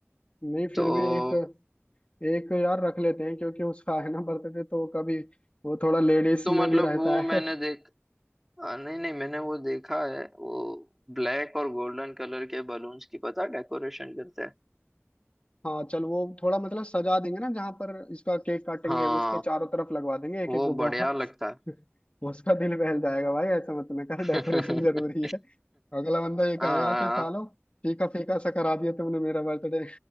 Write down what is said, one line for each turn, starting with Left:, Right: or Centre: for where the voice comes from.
Left: नहीं फिर
Centre: तो
Left: भी एक एक यार रख लेते हैं क्योंकि उसका है ना बर्थडे तो कभी वो थोड़ा लेडीज
Centre: तो मतलब
Left: में भी रहता
Centre: वो
Left: है
Centre: मैंने देख आ, नहीं नहीं मैंने वो देखा है वो ब्लैक और गोल्डन कलर के बलून्स की पता डेकोरेशन करते हैं
Left: हाँ चल वो थोड़ा मतलब सजा देंगे ना जहाँ पर इसका केक काटेंगे
Centre: हाँ
Left: उसके चारों तरफ लगवा देंगे एक
Centre: वो
Left: एक गुब्बारा
Centre: बढ़िया लगता है
Left: <laughs> उसका दिल बहल जाएगा भाई ऐसा मत में कर
Centre: <laughs>
Left: डेकोरेशन जरूरी है अगला बंदा ये कहेगा
Centre: हाँ
Left: कि सालो फीका फीका सा करा दिया तुमने मेरा बर्थडे